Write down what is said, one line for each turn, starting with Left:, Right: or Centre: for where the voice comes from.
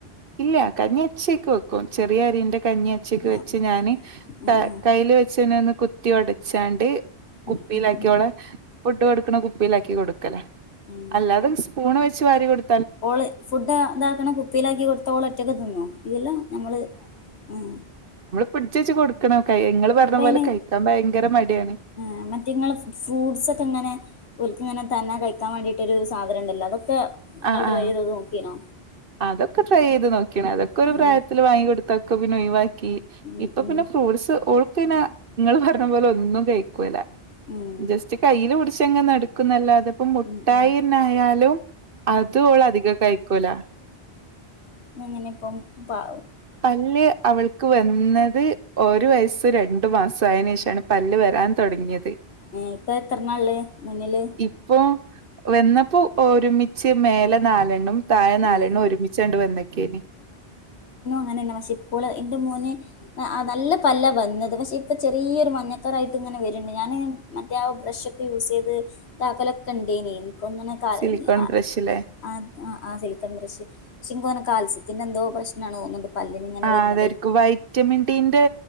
Right: ഇല്ല കഞ്ഞിച്ചക്ക് വെക്കും ചെറിയ അരീന്റെ കഞ്ഞിച്ചക്ക്
Left: ആഹ്
Right: വെച്ച് ഞാന്
Left: ഉം
Right: ക
Left: ഉം
Right: കയ്ല് വെച്ച് പിന്നൊന്ന് കുത്തിടച്ചാണ്ട് കുപ്പിയിലാക്കിഓളെ
Left: ഉം ഉം ഉം
Right: ഫുഡ് കൊടുക്ക ക്ക്ണ കുപ്പീലാക്കി കൊടുക്കലാ
Left: ഉം
Right: അല്ലാതേം സ്പൂൺവെ ച്ചവാരി കൊടു
Left: ഓള് ഫുഡ്താക്ക്ണ കുപ്പീലാക്കി കൊ ഓള് ഒറ്റക്ക് തിന്നോ ഇല്യല്ലോ നമ്മള് ആ
Right: പിട്ച്ചച്ച് കൊടുക്കണം കൈ ഇങ്ങള് പറഞ്ഞ
Left: ഇപ്പഐന്
Right: പോലെ കഴിക്കാൻ ഭയങ്കര മടിയാണ്
Left: ഏ മറ്റങ്ങള് ഫ്രൂട്ട്സൊക്കെങ്ങനെ ഓൽക്ക്ങ്ങനെ തന്നെ കഴിക്കാവേണ്ടിട്ട് ഒരു സാധനംണ്ടല്ലോ അതൊ ക്കെ ങ്ങള്
Right: ആഹ്
Left: ഡ്രൈയ്ത്
Right: ആഹ്
Left: നോക്കീണോ
Right: അതൊക്കെ ട്രൈ ചെയ്ത് നോക്കിയണേ അതൊക്കെ ഒരു
Left: ഉം
Right: പ്രായത്തില് വാങ്ങി കൊടുത്ത ക്കൊ പിന്നെ ഒഴിവാ ക്കീ
Left: ഉം
Right: ഇപ്പൊ
Left: ഉം
Right: പിന്നെ ഫ്രൂട്സ് ഓൾ പിന്നെ നിങ്ങൾ പറഞ്ഞ പോലെ ഒന്നും കേക്കൂല
Left: ഉം
Right: ജസ്റ്റ് കയ്യില് പിട് <unintelligible> അതിപ്പോ മുട്ടായി
Left: ഉം ഉം
Right: തന്നെ ആയാലും അത് ഓള് അധികം കഴിക്കൂല
Left: അങ്ങനെ ഇപ്പം പ
Right: പല്ല് അവൾക്ക് വന്ന് ത് ഒരു വയസ്സ് രണ്ടു മാസം ആയതിന് ശേഷാണ് പല്ല് വരാൻ തൊടങ്ങിയത്
Left: മ് ഇപ്പ എത്രണ്ണാ ഉള്ളേ മുന്നില്
Right: ഇപ്പോ വന്നപ്പോ ഒരുമിച്ച് മേലെ നാല് ണും തായെ നാലെണ്ണം
Left: ആഹ്
Right: ഒരുമിച്ചണ്ട് വന്നക്കേന്
Left: അങ്ങനെന്ന പക്ഷേ ഇപ്പോല് എൻ്റെ മോന് ആ നല്ല പല്ല വന്നത് പക്ഷേ ഇപ്പൾ ചെറിയൊരു മഞ്ഞക്കറായിട്ട് ഇങ്ങനെ വരുന്നുണ്ട് ഞാന് മറ്റേ ആ ബ്രഷൊക്കെ യൂസ് ചെയ്ത് ഇതാക്കലൊക്കെ ഉണ്ടെനീ <unintelligible> കരഞ്ഞു
Right: സിലിക്കോൺ
Left: ആ
Right: ബ്രഷിലെ
Left: അ ആഹ് സിലിക്കൺ ബ്രഷ് <unintelligible> കാൽസ്‌ പിന്നെന്തോ പ്രശ്നാണ് തോന്നുന്നുണ്ട് പല്ലിന് ഇങ്ങനെ
Right: ആ
Left: വരുന്നത്
Right: അതായിരിക്കും വൈറ്റമിൻ ഡി ന്റെ